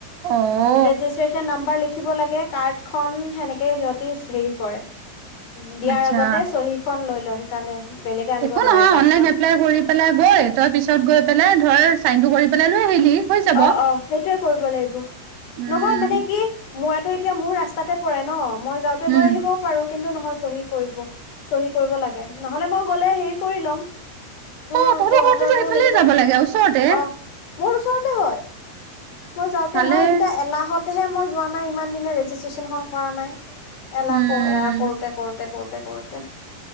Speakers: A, on the right (about 80°); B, on the left (about 65°).
A: অ'।
B: ৰেজিষ্ট্ৰেশচন নাম্বাৰ লিখিব লাগে, কাৰ্ড খন সেনেকে সিহঁতি হেৰি কৰে। দিয়াৰ
A: আচ্ছা
B: আগতে চহী খন লৈ লয়। সেইকাৰণে বেলেগে আনিব
A: একো
B: নোৱাৰে
A: নহয়
B: কাৰ্ডখন।
A: অনলাইন এপ্লাই কৰি পেলাই গৈ তই পিছত গৈ পেলাই ধৰ চাইনটো কৰি পেলাই লৈ আহিলি। হৈ যাব
B: অ', অ' সেইটোয়ে কৰিব লাগিব,
A: উম
B: নহয় মানে কি মোৰ এইতো এতিয়া মোৰ ৰাস্তাতে পৰে ন, মই যাওঁতে
A: উম
B: লৈ আহিব পাৰো। কিন্তু নহয় চহী কৰিব চহী কৰিব লাগে। নহ'লে মই গ'লে হেৰি কৰি ল'ম। তোৰ
A: অ তহঁতৰ
B: তহঁতৰটো
A: ঘৰটোতো সেইফালে
B: হেৰি ক'ৰ
A: যাব লাগে ওচৰতে
B: অ', মোৰ ওচৰত টো হয়। মই যাওঁতে,
A: ভালে
B: মই এতিয়া এলাহতহে মই যোৱা নাই ইমান দিনে ৰেজিষ্ট্ৰেশ্যন খন কৰা নাই। এলাহ
A: উম
B: এলাহ কৰোতে কৰোতে কৰোতে কৰোতে